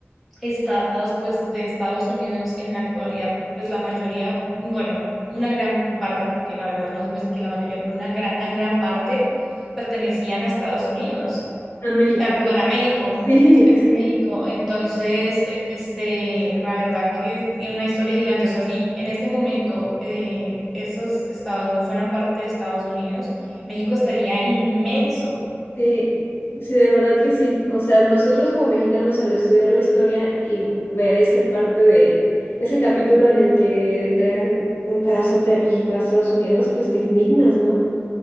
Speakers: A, in the centre; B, on the left (about 60°).
A: estados, pues, de Estados Unidos en la actualidad, pues la mayoría, bueno, una gran parte, porque la verdad no se puede decir que la mayoría, pero una gran, gran parte pertenecían a Estados Unidos,
B: a México.
A: Ah, perdón, a México.
B: <laughs> Sí,
A: México. Entonces, e- este, la verdad que tiene una historia gigante. O sea, si en este momento eh, esos estados no fueran parte de Estados Unidos, México estaría inmenso
B: Sí, sí, de verdad que sí. O sea, nosotros como mexicanos al estudiar la historia y ver ese parte de ese capítulo en el que entregan un pedazote de México a Estados Unidos, pues te indignas, ¿no?